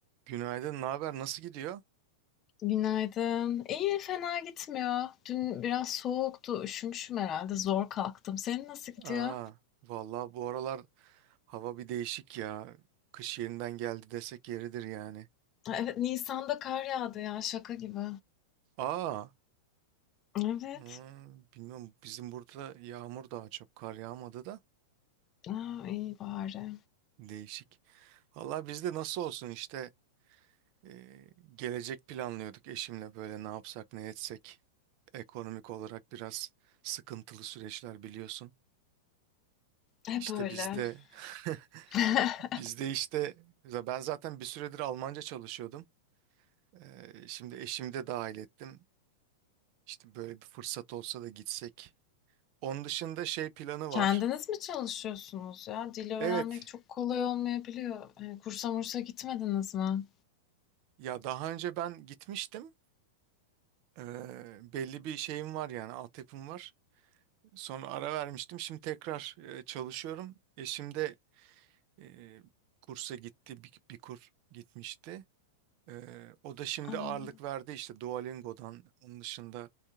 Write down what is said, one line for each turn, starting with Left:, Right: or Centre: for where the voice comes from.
Right: Günaydın, ne haber? Nasıl gidiyor?
Left: Günaydın. İyi, fena gitmiyor. Dün biraz soğuktu, üşümüşüm herhalde. Zor kalktım. Senin nasıl gidiyor?
Right: Aa, vallahi bu aralar hava bir değişik ya. Kış yeniden geldi desek yeridir yani.
Left: Ha, Evet, Nisan'da kar yağdı ya, şaka gibi.
Right: Aa,
Left: Evet.
Right: hmm, bilmiyorum bizim burada yağmur daha çok kar yağmadı da
Left: Aa, iyi bari.
Right: değişik. Vallahi bizde nasıl olsun işte e, gelecek planlıyorduk eşimle böyle ne yapsak ne etsek. Ekonomik olarak biraz sıkıntılı süreçler biliyorsun.
Left: Hep
Right: İşte
Left: öyle.
Right: bizde <laughs>
Left: <laughs>
Right: bizde işte ben zaten bir süredir Almanca çalışıyordum. Ee, şimdi eşimi de dahil ettim. İşte böyle bir fırsat olsa da gitsek. Onun dışında şey planı
Left: Kendiniz
Right: var.
Left: mi çalışıyorsunuz ya? Dili öğrenmek
Right: Evet,
Left: çok kolay olmayabiliyor. Ee, Kursa mursa gitmediniz mi?
Right: ya daha önce ben gitmiştim. Ee, belli bir şeyim var yani altyapım var. Sonra ara vermiştim. Şimdi tekrar e, çalışıyorum. Eşim de e, kursa gitti, bir, bir kur gitmişti. Ee, o da şimdi
Left: Aa, hı
Right: ağırlık verdi işte Duolingo'dan. Onun dışında